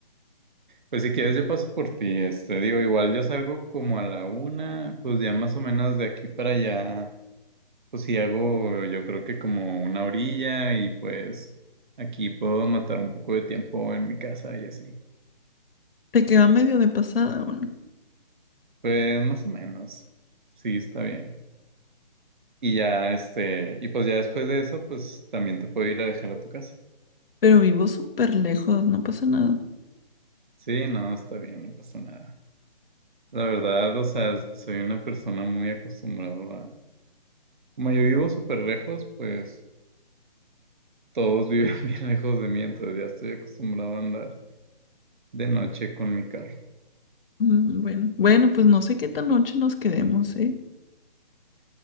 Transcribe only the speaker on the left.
Te queda medio de pasada o no.
Pero vivo súper lejos, no pasa nada.
Mm, bueno, bueno, pues no sé qué tan noche nos quedemos, ¿eh?